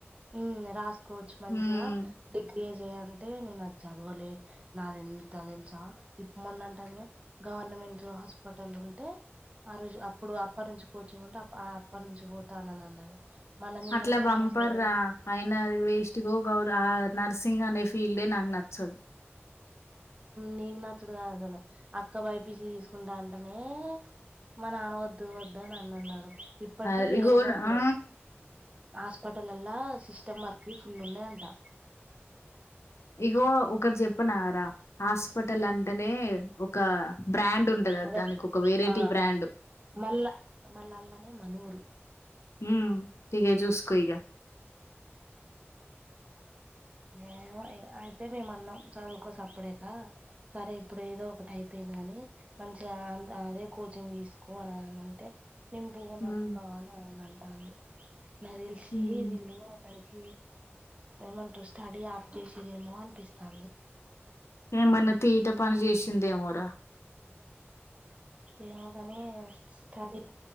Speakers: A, on the right; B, on the left.
A: ఉమ్ రాసుకోవచ్చు మంచిగా
B: హ్మ్
A: ఏం జేయంటే నేను అది చదవలే నాది ఎంత దెలుసా ఇప్ మొన్నంటదిగా గవర్నమెంట్ హాస్పిటల్ ఉంటే ఆ రోజు అప్పుడు అప్ప నుంచి కోచింగ్ ఉంటే అప్పటి నుంచి పోతానని అన్నది మళ్ళ నిన్న
B: అట్లా
A: అంటుందిగా
B: బంపర్రా
A: అసలు
B: అయినా అది వేస్ట్ ఇగో ఆ నర్సింగ్ అనే ఫీల్డే నాకు నచ్చదు
A: నీకు నచ్చుడు గాదు అసలు అక్క బైపిసి తీసుకుంటా అంటనే మా నాన్న వద్దు వద్దు అని అన్న అన్నడు ఇప్పటికి
B: ఆ ఇగో
A: ఏం వద్దు
B: ఆ
A: హాస్పిటల్ లల్ల సిస్టమ్ మర్క్ ఫుల్ ఉన్నాయ్ అంటా
B: ఇగో ఒకటి జెప్పనారా హాస్పిటల్ అంటేనే ఒక బ్రాండ్ ఉంటది
A: అదే
B: దానికి ఒక వెరైటీ
A: ఆ
B: బ్రాండ్
A: మళ్ళ మళ్ళల్లనే మనూరు
B: ఉమ్ ఇగ జూస్కో ఇగా
A: ఏమో అయితే మేము అన్నం చదువుకో సప్పుజేకా సరే ఇప్పుడు ఏదో ఒకటి అయిపోయింది గాని మంచిగా అదే కోచింగ్ దీసుకో అని అంటే నేన్ బోనక్క
B: హ్మ్
A: అని అంటంది నా దెలిసి
B: హ్మ్
A: వీళ్ళుతనకి ఏమంటారు స్టడీ ఆప్ జేసిరేమో అనిపిస్తాంది
B: ఏమన్నా తీట పని జేసిందేమోరా
A: ఏమో గానీ స్టడీ